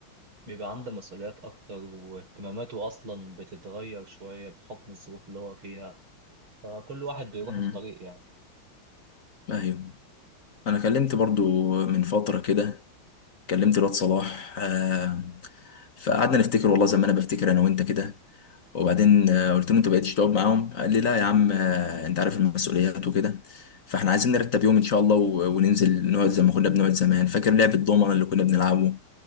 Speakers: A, on the right; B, on the left.
A: بيبقى عنده مسؤوليات أكتر واهتماماته أصلا بتتغير شوية بحكم الظروف اللي هو فيها فكل واحد بيروح
B: مم.
A: في طريق يعني
B: ايوه انا كلمت برضو من فتره كده كلمت الواد صلاح آه فقعدنا نفتكر والله زي ما انا بفتكر انا وانت كده وبعدين آه، قلت له انت بقيتش تقعد معاهم قال لي لا يا عم آه، انت عارف المسؤوليات وكده فاحنا عايزين نرتب يوم ان شاء الله و- وننزل نقعد زي ما كنا بنقعد زمان فاكر لعبة الضومنة اللي كنا بنلعبه